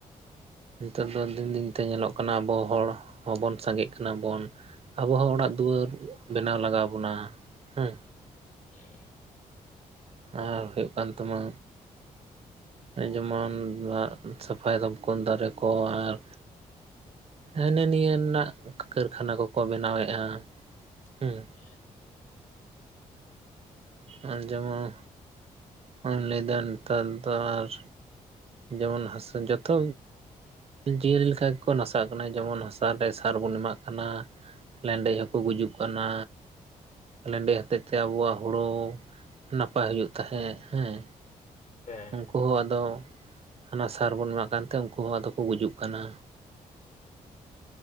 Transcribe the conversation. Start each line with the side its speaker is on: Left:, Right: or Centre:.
Right: ᱱᱮᱛᱚᱝ ᱫᱚ ᱫᱤᱱ ᱫᱤᱱᱛᱮ ᱧᱮᱞᱚᱜ ᱠᱟᱱᱟ ᱟᱵᱚ ᱦᱚᱲ ᱦᱚᱸᱵᱚᱱ ᱥᱟᱸᱜᱮᱜ ᱠᱟᱱᱟ ᱵᱚᱱ ᱟᱵᱚ ᱦᱚᱸ ᱚᱲᱟᱜ ᱫᱩᱣᱟᱹᱨ ᱵᱮᱱᱟᱣ ᱞᱟᱜᱟᱣ ᱵᱚᱱᱟ ᱦᱩᱸ
Left: ᱦᱩᱸ
Right: ᱟᱨ ᱦᱩᱭᱩᱜ ᱠᱟᱱ ᱛᱟᱢᱟ ᱡᱮᱢᱚᱱ ᱥᱟᱯᱷᱟᱭ ᱛᱟᱵ ᱚ ᱫᱟᱨᱮ ᱠᱚ ᱟᱨ ᱦᱮᱱᱮ ᱱᱤᱭᱟᱹ ᱨᱮᱱᱟᱜ ᱠᱟᱹᱨᱠᱷᱟᱱᱟ ᱠᱚᱠᱚ ᱵᱮᱱᱟᱣᱮᱫᱼᱟ
Left: <unintelligible>
Right: ᱦᱮᱸ ᱟᱨ ᱡᱮᱢᱚᱱ ᱵᱚᱱ ᱞᱟᱹᱫᱟ ᱱᱮᱛᱟᱨ ᱫᱚ ᱟᱨ ᱡᱮᱢᱚᱱ ᱦᱟᱥᱟ ᱡᱚᱛᱚ ᱡᱤᱭᱟᱹᱞᱤ ᱞᱮᱠᱟ ᱜᱮᱠᱚ ᱱᱟᱥᱟᱜ ᱠᱟᱱᱟ ᱡᱮᱢᱚᱱ ᱦᱟᱥᱟ ᱥᱟᱨ ᱵᱚᱱ ᱮᱢᱟᱜ ᱠᱟᱱᱟ ᱞᱮᱸᱰᱮᱡ ᱦᱚᱸᱠᱚ ᱜᱩᱡᱩᱜ ᱠᱟᱱᱟ ᱞᱮᱸᱰᱮᱡ ᱦᱚᱛᱮᱫ ᱛᱮ ᱟᱵᱚᱣᱟᱜ ᱦᱳᱲᱳ ᱱᱟᱯᱟᱭ ᱦᱩᱭᱩᱜ ᱛᱟᱦᱮᱸᱜ ᱦᱮᱸ
Left: <unintelligible>
Right: ᱩᱱᱠᱩ ᱦᱚᱸ ᱟᱫᱚ ᱦᱟᱱᱟ ᱥᱟᱨ ᱵᱚᱱ ᱮᱢᱟᱜ ᱠᱟᱱ ᱛᱮ ᱩᱱᱠᱩ ᱦᱚᱸ ᱟᱫᱚ ᱠᱚ ᱜᱩᱡᱩᱜ ᱠᱟᱱᱟ